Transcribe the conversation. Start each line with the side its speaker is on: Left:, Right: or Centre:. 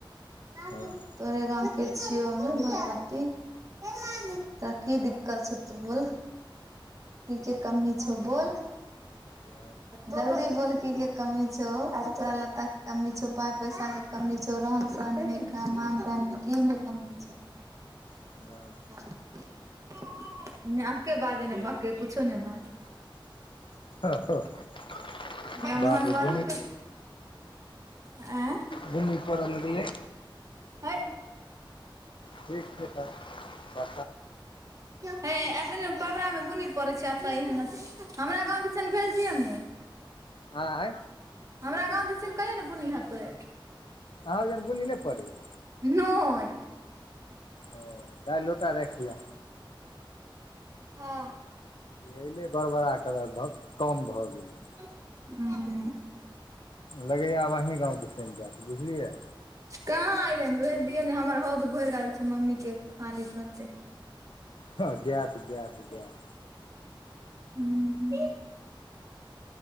Right: <unintelligible>
Left: हँ
Right: तोरे गाँव के छियौ हममे भगवती। तोरा की दिक्कत छौ तू बोल। की केँ कमी छौ बोल।
Left: <unintelligible>
Right: जल्दी बोलकी केँ कमी छौ कपड़ा लत्ता केँ कमी छौ पाइ पैसा के। कमी छौ रहन सहन मे काम स मे क मे कमी छौ।
Left: ह
Right: <unintelligible> नै अके बाजे नै बके कुछो ने बाजे।
Left: <unintelligible> <unintelligible> <unintelligible>
Right: ब्राह्मण बड़ू के आँय
Left: बुनी पर लगलै
Right: है
Left: ठीक छै तब
Right: हे एते ने पबरा मे बुनी पड़ै छै एतऽ एहन अथी
Left: <unintelligible>
Right: हमरा गाँव दिसन भेज दियो ने।
Left: हाई
Right: हमरा गाँव दिसन कहिय ने बुन्नी हेतै।
Left: अहाँ ओजन बुन्नी नै पड़ै यऽ
Right: नै।
Left: ओ दैय लोटा रखा लै
Right: हँ
Left: अले बड़बड़ा कऽ भऽ कम भऽ गेलै।
Right: <unintelligible>
Left: लगैया आब अही गाँव दिसन जायत बुझलियै।
Right: कहाँ ऐले है भेज दिय न हमर हौद भैर गेल छै मम्मी केँ खाली करते।
Left: हँ जैत जैत जैत
Right: <unintelligible>